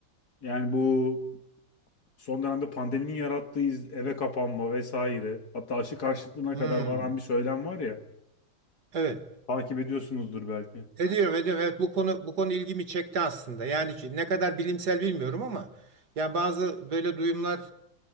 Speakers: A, on the left (about 50°); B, on the right (about 55°).
A: Yani bu son dönemde pandeminin yarattığı iz- eve kapanma vesaire hatta aşı karşıtlığına
B: Hmm,
A: kadar varan bir söylem var ya
B: Evet.
A: takip ediyorsunuzdur belki.
B: Ediyorum, ediyorum. Evet bu konu bu konu ilgimi çekti aslında. Yani ki ne kadar bilimsel bilmiyorum ama ya bazı böyle duyumlar